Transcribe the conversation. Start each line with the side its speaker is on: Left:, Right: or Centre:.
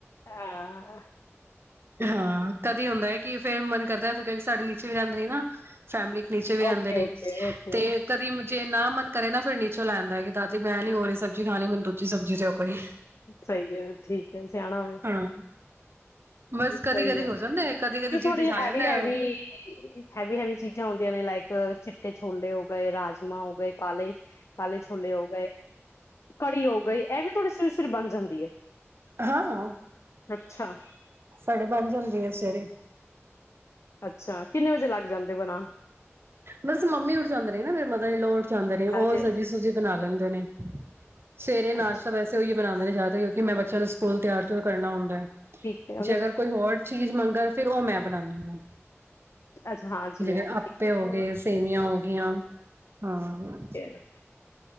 Left: ਹਾਂ
Right: ਹਾਂ ਕਦੇ ਹੁੰਦਾ ਹੈ ਕਿ ਫੇਰ ਮਨ ਕਰਦਾ ਫਿਰ ਕਿਉਂਕਿ ਸਾਡੇ ਨੀਚੇ ਵੀ ਰਹਿੰਦੇ ਰ ਨਾ ਫੈਮਲੀ ਨੀਚੇ ਵੀ ਰਹਿੰਦੇ
Left: ਓਕੇ
Right: ਨੇ
Left: ਓਕੇ ਓਕੇ
Right: ਤੇ ਕਦੀ ਜੇ ਨਾ ਮਨ ਕਰੇ ਨਾ ਫਿਰ ਨੀਚੋਂ ਲੈਣਦਾ ਕਿ ਦਾਦੀ ਮੈਂ ਨੀ ਹੋ ਰਹੀ ਸਬਜ਼ ਖਾਣੀ ਮੈਨ ਦੂਜੀ ਸਬਜ਼ੀ ਤੇਓ ਕੋਈ
Left: ਸਹੀ ਹੈ ਠੀਕ ਹੈ ਸਿਆਣਾ ਹੋਵੇ
Right: ਹਾਂ ਬਸ ਕਦੀ
Left: ਸਹੀ
Right: ਕਦੀ
Left: ਹੈ
Right: ਹੋ ਜਾਂਦਾ ਕਦੀ ਕਦੀ ਜਿੱਦ
Left: ਥੋੜੀ
Right: ਛਾ
Left: ਹੈਵੀ
Right: ਜਾਂਦਾ
Left: ਹੈਵੀ ਹੈਵੀ ਹੈਵੀ ਚੀਜ਼ਾਂ ਆਦੀਆਂ ਨੇ ਲਾਇਕ ਚਿੱਟੇ ਛੋਲੇ ਹੋ ਗਏ ਰਾਜਮਾਂ ਹੋ ਗਏ ਕਾਲੇ ਕਾਲੇ ਛੋਲੇ ਹੋ ਗਏ ਕੜੀ ਹੋ ਗਈ ਇਹ ਵੀ ਥੋੜੀ ਸ ਫਿਰ ਬਣ ਜਾਂਦੀ ਹੈ
Right: ਹਾਂ ਹਾਂ
Left: ਅੱਛਾ
Right: ਸਾਢੇ ਪੰਜ ਹੁੰਦੀ ਹੈ ਸਵੇਰੇ
Left: ਅੱਛਾ ਕਿੰਨੇ ਵਜੇ ਲੱਗ ਜਾਂਦੇ ਬਣਾ
Right: ਬਸ ਮੰਮੀ ਉਠਾਉਂਦੇ ਰ ਨਾ ਮੇਰੇ ਮਤਾਦਾ ਇਹ ਲ ਲੋ ਉਠਾਂਦੇ ਰਹੇ ਉਹ
Left: ਹਾਂਜੀ ਹਾਂਜੀ
Right: ਸਬਜ਼ੀ ਸੁਬਜ਼ੀ ਬਣਾ ਲੈਣ <unintelligible> ਸਵੇਰੇ ਨਾਸ਼ਤਾ
Left: ਅੱਛਾ
Right: ਵੈਸੇ ਉਹੀ ਬਣਾਉਂਦੇ ਜਾ ਕਿਉਕਿ ਮੈਂ ਬੱਚਿਆਂ ਨੂੰ ਸਕੂਲ ਤਿਆਰ ਕਰਨਾ ਹੁੰਦਾ ਹੈ
Left: ਠੀਕ ਹੈ ਉਹਨੇ
Right: ਜੇ ਅਗਰ ਕੋਈ ਹੋਰ ਚੀਜ਼ ਮੰਗਣ ਫਿਰ ਉਹ ਮੈਂ ਬਣਾਉਾਨਦੀ ਹਾਂ
Left: ਅੱਛਾ ਹਾਂਜੀੀਵੇੈਂ
Right: ਜਿਵੇਂ ਆਪੇ
Left: ਠੀਕ ਹੈ ਹੋ
Right: ਗਏ ਸੇਵੀਆਂ ਹੋ ਗਈਆਂ ਹਾਂ
Left: ਠੀਕ ਹੈ